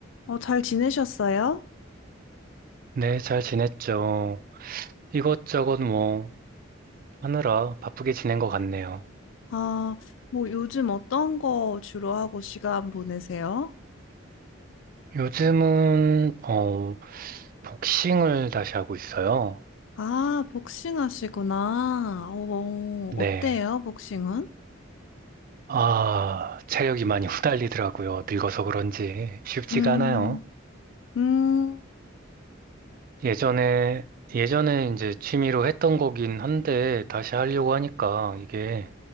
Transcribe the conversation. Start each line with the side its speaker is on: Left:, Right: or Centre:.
Left: 어, 잘 지내셨어요?
Right: 네, 잘 지냈죠. 이것저것 뭐 하느라 바쁘게 지낸 것 같네요.
Left: 아, 뭐 요즘 어떤 거 주로 하고 시간 보내세요?
Right: 요즘은 어, 복싱을 다시 하고 있어요.
Left: 아, 복싱 하시구나. 어,
Right: 네.
Left: 어때요, 복싱은?
Right: 아, 체력이 많이 <laughs> 후달리더라고요. 늙어서 그런지 쉽지가
Left: 음,
Right: 않아요.
Left: 음,
Right: 예전에 예전에 이제 취미로 했던 거긴 한데 다시 하려고 하니까 이게